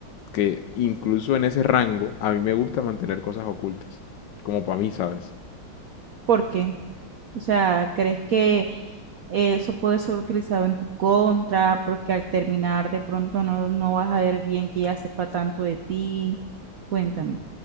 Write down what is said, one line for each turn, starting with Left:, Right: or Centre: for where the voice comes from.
Left: que incluso en ese rango a mí me gusta mantener cosas ocultas. Como para mí, ¿sabes?
Right: ¿Por qué? O sea, ¿crees que eh, eso puede ser utilizado en tu contra? Porque al terminar de pronto no, no vas a ver bien que ya sepa tanto de ti. Cuéntame.